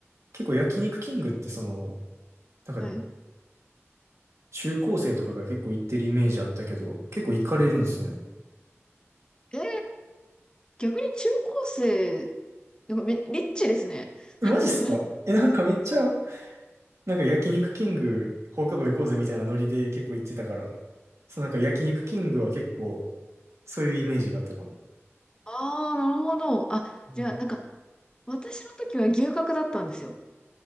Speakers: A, on the right; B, on the left.
A: 結構焼肉キングってその、なんか
B: はい。
A: 中高生とかが結構行ってるイメージあったけど、結構行かれるんですね。
B: えー逆に中高生、なんかめ、リッチですね。<laughs>
A: えマジっすかえ、なんかめっちゃなんか焼肉キング放課後行こうぜみたいなノリで結構行ってたから、そうなんか焼肉キングは結構そういうイメージがあったかな。
B: ああ、なるほど。あ、
A: うん、
B: じゃあ、なんか、私の時は牛角だったんですよ。